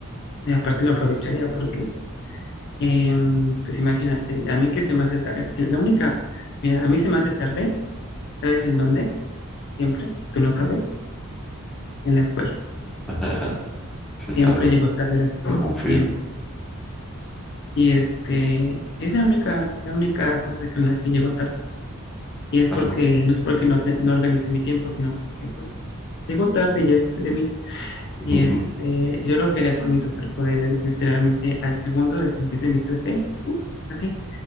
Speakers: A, on the left; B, in the centre.
A: Y aparte lo aprovecharía porque, eh, pues imagínate, a mí que se me hace tarde, es que la única, mira, a mí se me hace tarde, ¿sabes en dónde? Siempre, y tú lo sabes, en la escuela.
B: <laughs> Se
A: Siempre
B: sabe,
A: llego tarde a la escuela,
B: confirmo.
A: siempre. Y este, es la única, la única cosa con la que llego tarde. Y es
B: Ah,
A: porque, no es porque no, te- no organice mi tiempo, sino porque pues llego tarde y ya es de mí.
B: <laughs>
A: Y este, yo lo quería con mis superpoderes, literalmente al segundo de que empiece mi clase, así,